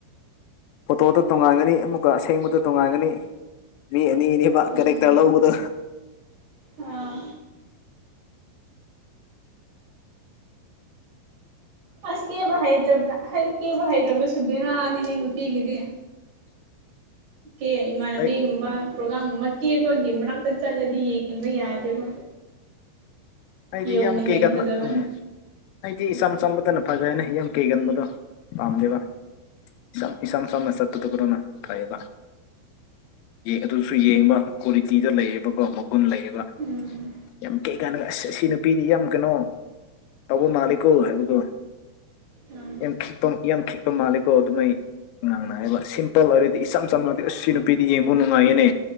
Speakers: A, on the left (about 85°); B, on the right (about 55°).
A: ꯐꯣꯇꯣꯗ ꯇꯣꯉꯥꯟꯒꯅꯤ ꯑꯃꯨꯛꯀ ꯑꯁꯦꯡꯕꯗ ꯇꯣꯉꯥꯟꯒꯅꯤ ꯃꯤ ꯑꯅꯤ ꯅꯦꯕ
B: ꯎꯝ
A: ꯀꯦꯔꯦꯛꯇꯔ ꯂꯧꯕꯗꯣ
B: ꯑꯥ ꯑꯁ ꯀꯦꯕ ꯍꯩꯇꯕ ꯍꯩ ꯀꯦꯕ ꯍꯩꯇꯕꯁꯨꯕꯦꯔꯥ ꯅꯦꯑꯦ ꯅꯨꯄꯤꯒꯤꯗꯤ
A: <inaudible>
B: ꯀꯦ ꯏꯃꯥꯟꯅꯕꯤꯒꯨꯝꯕ
A: ꯑꯩ
B: ꯄ꯭ꯔꯣꯒꯥꯝꯒꯨꯝꯕ ꯀꯦꯕꯒꯤ ꯃꫪꯛꯇ ꯆꯠꯂꯗꯤ ꯌꯦꯡꯕ ꯌꯥꯗꯦꯕ
A: ꯑꯩꯗꯤ
B: ꯌꯣꯡꯅ
A: ꯌꯥꯝ ꯀꯦꯒꯟꯕ
B: ꯍꯦꯟꯅ ꯐꯖꯕꯅꯦ
A: ꯎꯝ ꯑꯩꯗꯤ ꯏꯆꯝ ꯆꯝꯕꯇꯅ ꯐꯖꯥꯅꯦ ꯌꯥꯝ ꯀꯩꯒꯟꯕꯗꯣ ꯄꯥꯝꯗꯦꯕ ꯏꯁꯝ ꯏꯁꯥꯝ ꯁꯝꯅ ꯆꯠꯐꯗꯨ ꯑꯗꯨꯅ ꯐꯩꯌꯦꯕ ꯑꯗꯨꯁꯨ ꯌꯦꯡꯕ ꯀ꯭ꯋꯥꯂꯤꯇꯤꯗ ꯂꯩꯔꯕꯀꯣ ꯃꯒꯨꯟ ꯂꯩꯌꯦꯕ
B: ꯎꯝ
A: ꯌꯥꯝ ꯀꯩ ꯀꯥꯟꯅ ꯑꯁ ꯑꯁꯤ ꯅꯨꯄꯤꯗꯤ ꯌꯥꯝ ꯀꯅꯣ ꯇꯧꯕ ꯃꯥꯜꯂꯤꯀꯣ ꯍꯥꯏꯕꯀꯣ
B: ꯎꯝ
A: ꯌꯥꯝ ꯈꯤꯛꯄ ꯌꯥꯝ ꯈꯤꯛꯄ ꯃꯥꯜꯂꯤꯀꯣ ꯑꯗꯨꯃꯥꯏ ꯉꯥꯡꯅꯏꯕ ꯁꯤꯝꯄꯜ ꯑꯣꯏꯔꯗꯤ ꯏꯆꯝ ꯆꯝꯃꯗꯤ ꯑꯁ ꯁꯤ ꯅꯨꯄꯤꯗꯤ ꯌꯦꯡꯕ ꯅꯨꯡꯉꯥꯏꯌꯦꯅꯦ